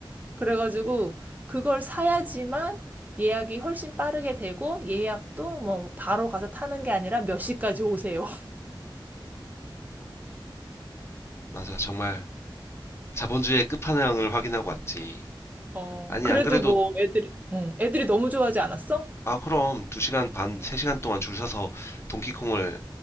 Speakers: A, on the right; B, on the left.
A: 그래가지고 그걸 사야지만 예약이 훨씬 빠르게 되고 예약도 뭐 바로 가서 타는 게 아니라 몇 시까지 오세요. <laughs>
B: 맞아. 정말 자본주의의 끝판왕을 확인하고 왔지.
A: 어,
B: 아니,
A: 그래도
B: 안 그래도
A: 뭐 애들이, 응, 애들이 너무 좋아하지 않았어?
B: 아, 그럼 2시간 반, 3시간 동안 줄 서서 동키콩을